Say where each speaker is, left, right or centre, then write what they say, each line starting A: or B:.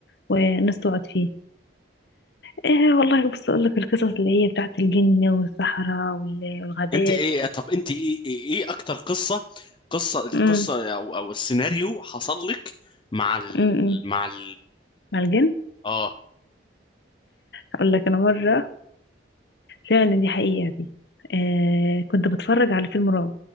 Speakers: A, on the left; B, on the left.
A: والناس تقعد فيه ايه والله بص اقول لك القصص اللي هي بتاعت الجن والصحراء وال- والغابات
B: انت ايه طب انت ايه ايه, إيه اكتر قصه قصه القصه
A: امم
B: او او السيناريو حصل لك مع ال...
A: امم إمم.
B: مع ال...
A: مع الجن
B: اه
A: اقول لك انا مرة فعلا دي حقيقة دي آه كنت بتفرج على فيلم رعب